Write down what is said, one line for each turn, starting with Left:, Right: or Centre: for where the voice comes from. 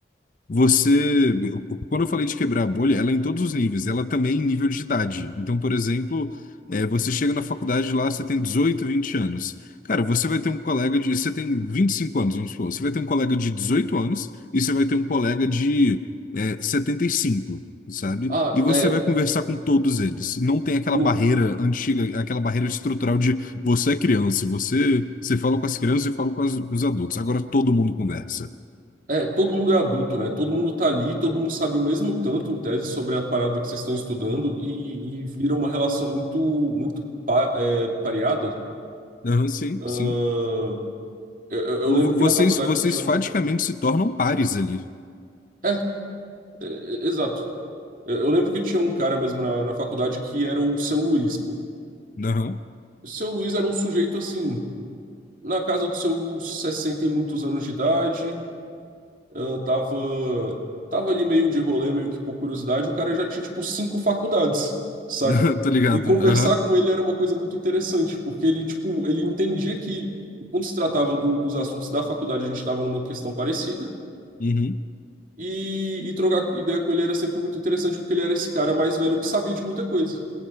Left: Você, quando eu falei de quebrar a bolha, ela é em todos os níveis, ela também em nível de idade. Então, por exemplo, é, você chega na faculdade lá, você tem 18, 20 anos. Cara, você vai ter um colega de. Você tem 25 anos, vamos supor. Você vai ter um colega de 18 anos e você vai ter um colega de é, 75, sabe?
Right: Ah,
Left: E você
Right: é,
Left: vai conversar com todos eles. Não tem aquela
Right: no,
Left: barreira antiga, aquela barreira estrutural de você é criança, você, você fala com as crianças e fala com, as- com os adultos. Agora todo mundo conversa.
Right: é, todo mundo é adulto, né? Todo mundo tá ali, todo mundo sabe o mesmo tanto em tese sobre a parada que vocês estão estudando e, e vira uma relação muito, muito pa- é, pareada.
Left: Aham, sim,
Right: Ahn,
Left: sim.
Right: eu, eu- eu
Left: Vo-
Right: lembro
Left: vo- Vocês,
Right: que na faculdade
Left: vocês
Right: tinha
Left: faticamente
Right: um.
Left: se tornam pares ali.
Right: É, é, é, exato. Eu, eu lembro que tinha um cara mesmo na, na faculdade que era o seu Luiz, pô.
Left: Aham.
Right: O seu Luiz era um sujeito assim, na casa dos seus 60 e muitos anos de idade, Eu tava, tava ali meio de rolê, meio que por curiosidade, o cara já tinha, tipo, cinco faculdades, saca?
Left: <laughs> tá ligado.
Right: E conversar
Left: Aham.
Right: com ele era uma coisa muito interessante, porque ele, tipo, ele entendia que, quando se tratava do- dos assuntos da faculdade, a gente estava numa questão parecida,
Left: Uhum.
Right: e, e trocar ideia com ele era sempre muito interessante, porque ele era esse cara mais velho que sabia de muita coisa.